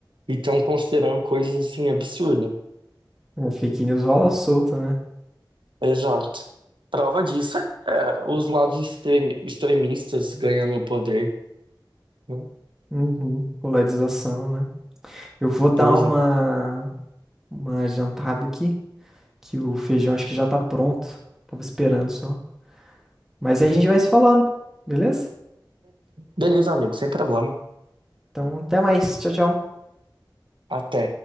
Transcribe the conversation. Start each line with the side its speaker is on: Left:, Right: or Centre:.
Right: E estão considerando coisas assim absurdas.
Centre: A fake news rola solta, né?
Right: Exato. Prova disso é é, os lados extremi- extremistas ganhando o poder. né?
Centre: Uhum. Polarização, né? Eu vou dar
Right: Pois
Centre: uma.
Right: é.
Centre: uma jantada aqui, que o feijão acho que já tá pronto. Tava esperando só. Mas aí a gente vai se falando, beleza?
Right: Beleza, amigo, sem problema.
Centre: Então, até mais. Tchau, tchau.
Right: Até.